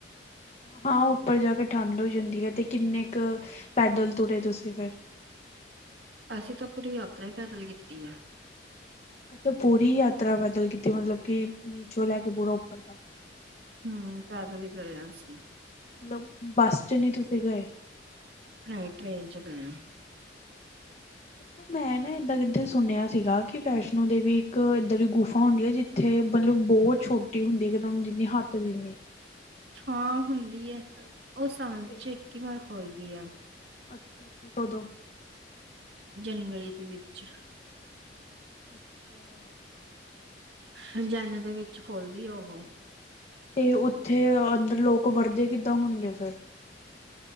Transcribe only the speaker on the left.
ਹਾਂ ਉੱਪਰ ਜਾ ਕੇ ਠੰਢ ਹੋ ਜਾਂਦੀ ਹੈ, ਤੇ ਕਿੰਨੇ ਕੁ ਪੈਦਲ ਤੁਰੇ ਤੁਸੀਂ ਫਿਰ
ਅੱਛਾ, ਪੂਰੀ ਯਾਤਰਾ ਪੈਦਲ ਕੀਤੀ ਮਤਲਬ ਕਿ ਨੀਚੋਂ ਲੈ ਕੇ ਪੂਰਾ ਉੱਪਰ ਤੱਕ
ਮਤਲਬ ਬੱਸ ਚ ਨਹੀਂ ਤੁਸੀਂ ਗਏ
ਅੱਛਾ, ਮੈਂ ਨਾ ਇਦਾਂ ਕਿੱਧਰ ਸੁਣਿਆ ਸੀਗਾ, ਕਿ ਵੈਸ਼ਨੋ ਦੇਵੀ ਇੱਕ ਇਦਾ ਦੀ ਗੁਫਾ ਹੁੰਦੀ ਹੈ ਜ ਉੱਥੇ ਮਤਲਬ ਬਹੁਤ ਛੋਟੀ ਹੁੰਦੀ ਇੱਕਦਮ ਜਿੰਨੀ ਹੱਥ ਜਿੰਨੀ
ਤੇ
ਅੱਛਾ ਅੱਛਾ ਕਦੋਂ
ਅੱਛਾ
ਤੇ ਉੱਥੇ ਅੰਦਰ ਲੋਕ ਵੜਦੇ ਕਿੱਦਾਂ ਹੋਣਗੇ ਫੇਰ